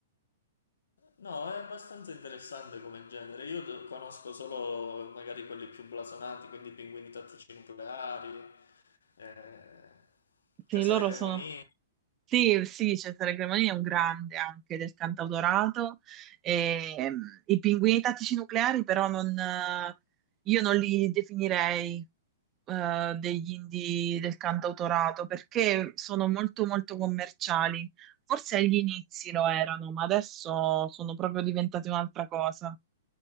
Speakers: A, on the left; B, on the right.
A: No, è abbastanza interessante come genere. Io d- conosco solo magari quelli più blasonati, quindi Pinguini Tattici Nucleari, eh,
B: Sì,
A: Cesare
B: loro
A: Cremonini.
B: sono... Sì, sì, Cesare Cremonini è un grande anche del cantautorato. E, ehm, I Pinguini Tattici Nucleari però non... eh, Io non li definirei. eh, degli indie del cantautorato perché sono molto molto commerciali. Forse agli inizi lo erano, ma adesso sono proprio diventate un'altra cosa.